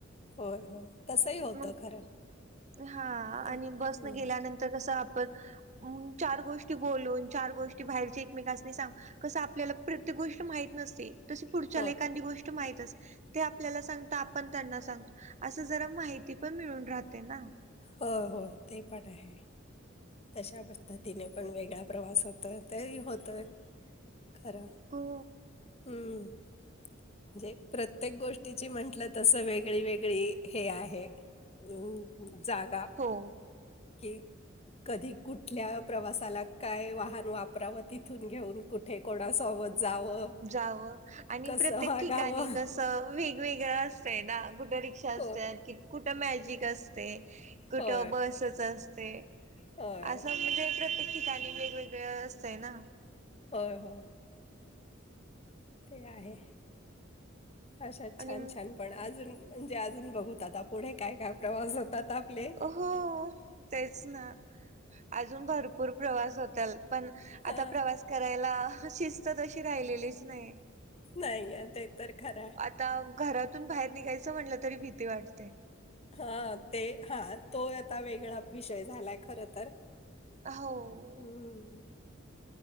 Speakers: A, on the left; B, on the right.
A: होय होय तसही होतं
B: मग
A: खरं
B: हा
A: ते
B: आणि बस न
A: हं.
B: गेल्यानंतर कस आपण म चार गोष्टी बोलून चार गोष्टी की बाहेरच्या एकमेकांसनी सांग कसं आपल्याला प्रत्येक गोष्ट माहीत नसते तशी पुढच्या
A: आपल्याला
B: लो
A: हो.
B: एखांदी गोष्ट माहितच ते आपल्याला सांगत आपण त्यांना सांगतो असं जरा माहिती पण मिळून राहते ना
A: हो होय ते पण आहे तशा पद्धतीने पण वेगळा प्रवास होतो तेही होतय खर
B: हो
A: हम्म जे प्रत्येक गोष्टीची म्हंटलं तस वेगळी वेगळी हे आहे ह जागा
B: हो
A: कि कधी कुठल्या प्रवासाला काय वाहन वापरावं तिथून घेऊन कुठे कोणासोबत जावं
B: जावं आणि
A: कसं
B: प्रत्येक
A: वागावं.
B: ठिकाणी कस वेगवेगळ असतंय ना कुट रिक्षा
A: होय.
B: <unintelligible> कुठ मॅजिक असते कुठं
A: होय.
B: बसच असते
A: होय,
B: असं म्हणजे प्रत्येक ठिकाणी वेग वेगळ असतंय ना
A: होय होय ते आहे अशात
B: आणि
A: छान छान पण अजून म्हणजे अजून बघूत आता पुढे काय काय प्रवास होतात आपले
B: अ हो तेच ना अजून भरपूर प्रवास होतल पण
A: हा,
B: आता प्रवास करायला शिस् तशी राहिलेलीच नाही
A: नाही अ ते तर खराय
B: आता घरातून बाहेर निघायचं म्हटलं तरी भीती वाटते
A: हा ते हा तो आता वेगळा विषय झालाय खर तर
B: हो
A: हम्म.